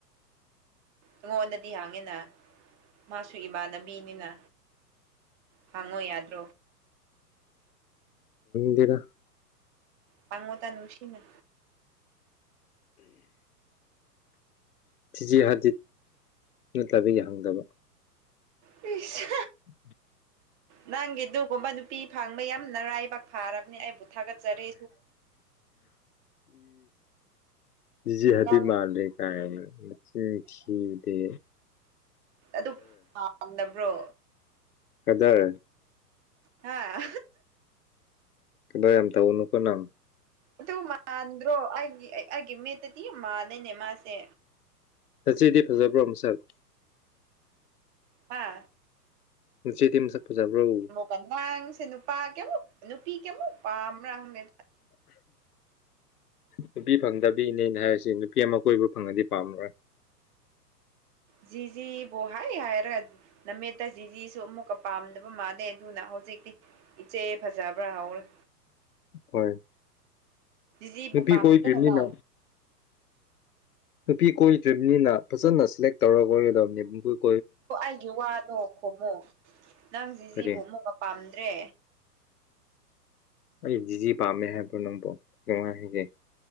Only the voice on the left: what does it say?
ꯗꯦꯗꯥ
ꯊꯤꯖꯤ ꯍꯥꯗꯤꯠ ꯅꯠꯇꯕꯤꯒꯤ ꯍꯪꯗꯕ
<inaudible>
ꯏꯖꯤꯍꯗꯤ
ꯃꯥꯂꯤ ꯀꯆꯈꯤꯗꯦ
ꯀꯗꯔ
ꯀꯗꯔ ꯌꯥꯝ ꯇꯧꯅꯨꯀꯣ ꯅꯪ
ꯅꯥꯆꯦꯗꯤ ꯐꯖꯕ꯭ꯔꯣ ꯃꯁꯛ
ꯅꯆꯦꯗꯤ ꯃꯁꯛ ꯐꯖꯕ꯭ꯔꯣ
ꯅꯨꯄꯤ ꯐꯪꯗꯕꯤꯅꯦꯅ ꯍꯥꯏꯔꯤꯁꯤ ꯅꯨꯄꯤ ꯑꯃ ꯀꯣꯏꯕ ꯐꯪꯉꯗꯤ ꯄꯥꯝꯃꯔꯣꯏ
ꯍꯣꯏ
ꯅꯨꯄꯤ
ꯀꯣꯏꯗ꯭ꯔꯤꯕꯅꯤꯅ
ꯅꯨꯄꯤ ꯀꯣꯏꯗ꯭ꯔꯤꯕꯅꯤꯅ ꯐꯖꯅ ꯁꯦꯂꯦꯛ ꯇꯧꯔꯒ ꯀꯣꯏꯒꯗꯕꯅꯦꯕ ꯃꯈꯣꯏ
ꯀꯔꯤ
ꯑꯩ ꯖꯤꯖꯤ ꯄꯥꯝꯃꯦ ꯍꯥꯏꯕꯔꯣ ꯅꯪꯕꯨ ꯅꯨꯡꯉꯥꯏꯒꯦ